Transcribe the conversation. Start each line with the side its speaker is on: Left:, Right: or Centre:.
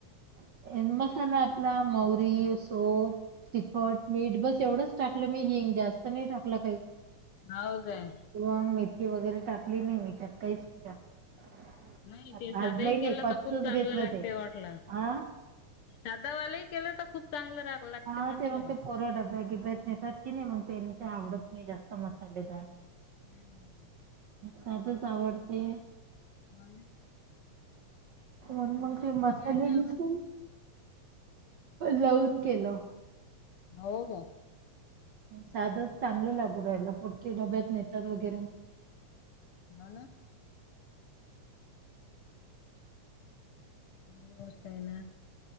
Right: <inaudible> मसाला आपला म्व्हारी, सोफ तिखट मीठ बस एवढंच टाकलं मी हिंग जास्त नाई टाकलं काही
Left: हो काय
Right: वा मेथी वगैरे टाकली नाही मी त्यात काहीच नाही टाकलं
Left: नाही ते
Right: भाजलंही
Left: साधं ही
Right: नाही
Left: केलं
Right: कच्चच
Left: तर खूप चांगलं
Right: घेतलं
Left: लागत
Right: ते
Left: वाटलं
Right: हा
Left: सदा वालाही केलं तर खूप चांगलं राग लागते
Right: हा
Left: म्हटलं
Right: ते मग
Left: हो
Right: ते पोरं डब्या बिब्यात नेतात की नाही मग ते ते आवडत नाही जास्त मसालेदार
Left: हम्म
Right: साधंच आवडते
Left: <inaudible>
Right: अन मग
Left: मला
Right: ते
Left: आणखी
Right: मसाले
Left: काय काय
Right: घेशील
Left: आवडते
Right: लावून केलं
Left: हो का
Right: साधं चांगलं लागू राहिलं पोट्टे डब्यात नेतात वगैरे
Left: हाव ना चांगली गोष्ट ए ना